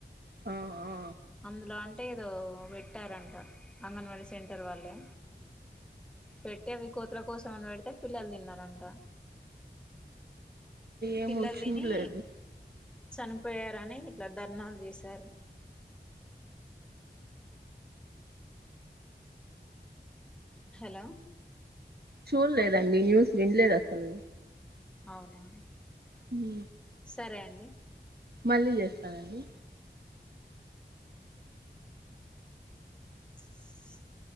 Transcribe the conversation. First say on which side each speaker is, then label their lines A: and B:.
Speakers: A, on the right; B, in the centre.
A: ఆ ఆ
B: అందులో అంటే ఏదో పెట్టారంట అంగన్వడి సెంటర్ వాళ్ళే పెట్టి అవి కోతుల కోసమని పెడితే పిల్లలు తిన్నారంట
A: ఏమో
B: పిల్లలు
A: చూడలేదు
B: తిని చనిపోయారని ఇట్లా దర్నాలు చేశారు హలో
A: చూడలేదండి న్యూస్ వినలేదు అసలు
B: అవునా
A: ఉ
B: సరే అండి
A: మళ్ళీ చేస్తానండి
B: హ